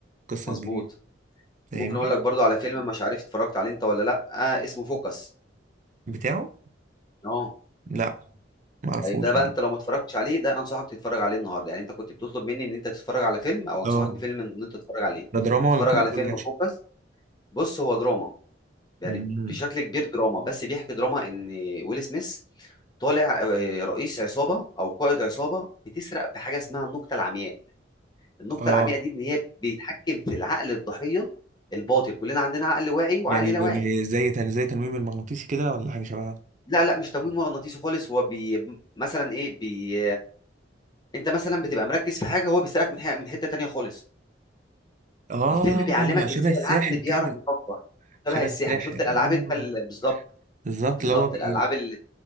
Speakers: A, on the right; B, on the left.
A: قصة
B: مظبوط
A: جديدة فاهمني
B: وممكن اقول لك برضو على فيلم مش عارف اتفرجت عليه انت ولا لا آه اسمه فوكس
A: بتاعه
B: اه
A: لا معرفوش
B: طيب ده بقى
A: انا
B: انت لو ما اتفرجتش عليه ده انا انصحك تتفرج عليه النهارده يعني انت كنت بتطلب مني ان انت تتفرج على فيلم او انصحك
A: اه
B: بفيلم ان انت تتفرج عليه
A: ده دراما
B: اتفرج
A: ولا كوميدي
B: على فيلم
A: ولا اكشن
B: فوكس بص هو دراما يعني
A: امم
B: بشكل كبير دراما بس بيحكي دراما ان ويل سميث طالع آه، رئيس عصابه او قائد عصابه بتسرق بحاجه اسمها النقطه العمياء النقطه
A: اه
B: العمياء دي ان هي بيتحكم في العقل الضحيه الباطل كلنا عندنا عقل واعي وعقل
A: يعني
B: لا
A: ب-
B: واعي
A: ب- زي تن- زي تنويم المغناطيسي كده ولا حاجة شبهها
B: لا لا مش تمويل مغناطيسي خالص هو بي مثلا ايه بي انت مثلا بتبقى مركز في حاجه هو بيسالك من حي... من حته تانية خالص
A: اه
B: الفيلم بيعلمك
A: شبه
B: ازاي
A: الساحر
B: العقل بيعرف
A: كده
B: يفكر
A: شبه
B: شبه السحر
A: الساحر
B: شفت الالعاب
A: اه
B: انت ال... بالظبط
A: بالظبط
B: بالظبط
A: اللي هو بي
B: الالعاب ال-